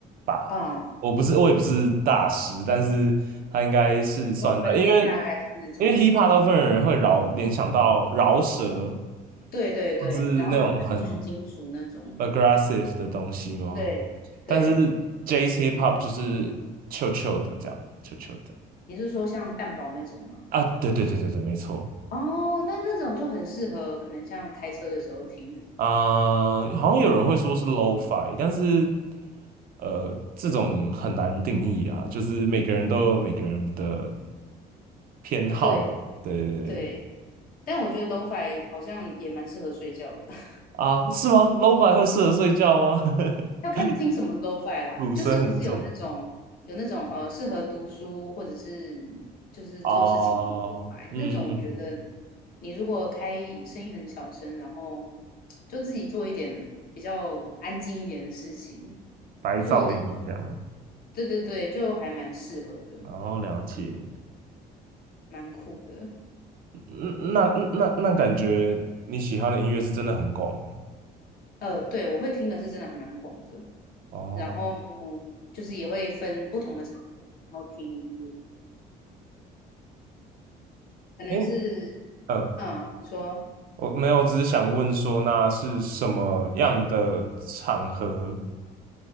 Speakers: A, on the right (about 60°); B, on the left (about 60°).
A: 吧，
B: 啊、
A: 我不是，我也不是大师，但是他应该是算在因为
B: 我分类大概是那种，
A: 因为 Hip Hop 大部分人会饶联想到饶舌，
B: 对对对，
A: 或是那种很
B: 然后就很重金属那种。
A: aggressive 的东西哦。
B: 对对，
A: 但是 Jazz Hip Hop 就是 c h 的这样 c h 的
B: 你是说像蛋堡那种吗？
A: 啊，对对对对对，没错。
B: 哦，那那种就很适合，可能像开车的时候听。
A: 啊、好像有人会说是 lo-fi，w 但是呃，这种很难定义啊，就是每个人都有每个人的偏好嘛。
B: 对
A: 对对对对
B: 对，但我觉得 LoFi 好像也蛮适合睡觉的，<laughs>
A: 啊，是吗？lo-fi 会适合睡觉吗？<laughs>
B: 要看听什么 LoFi 啦，
A: 鼓声很重
B: 就是不是有那种有那种呃适合读书或者是就是做事情的
A: 啊，
B: LoFi
A: 嗯嗯，
B: 那种，我觉得你如果开声音很小声，然后就自己做一点比较安静一点的事情，
A: 白噪音这样，
B: 做那种，对对对，就还蛮适合的，
A: 然后了解。
B: 蛮酷的。
A: 嗯那那那那感觉你喜欢的音乐是真的很广欸
B: 呃，对，我会听的是真的还蛮广的，
A: 哦，
B: 然后就是也会分不同的场合，然后听音乐。可能是，
A: 诶，嗯
B: 嗯，你说，
A: 我没有，只是想问说，那是什么样的场合